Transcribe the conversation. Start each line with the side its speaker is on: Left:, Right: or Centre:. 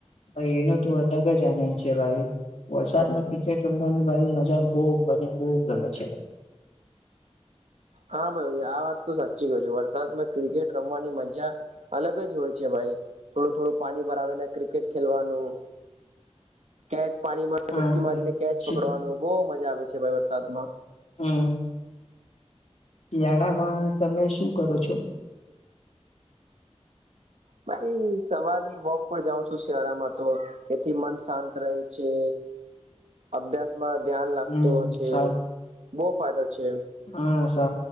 Left: ભાઈ એનો તો અલગ જ આનંદ છે ભાઈ વરસાદમાં કિકેટ રમવાની ભાઈ મજા બહુ બને બહ ગમે છે
Right: હા ભાઈ આ વાત તો સાચી ગય છે વરસાદમાં ક્રિકેટ રમવાની મજા અલગ જ હોય છે ભાઈ થોડું થોડું પાણી ભરાવેને ક્રિકેટ ખેલવાનું કેચ પાણીમાં
Left: હા
Right: ડુબકી મારીને કેચ
Left: શિ-
Right: પકડવાનું બહ મજા આવે છે ભ વરસાદમાં
Left: હમ શિયાળામાં તમે શું કરો છો
Right: ભાઈ સવારની વોક પણ જાઉ છું. શિયાળામાં તો એથી મન શાંત રહે છે. અભ્યાસમાં ધ્યાન લાગતુંઓ
Left: હમ
Right: છે
Left: સારું
Right: બહુ ફાયદો છે
Left: હા સ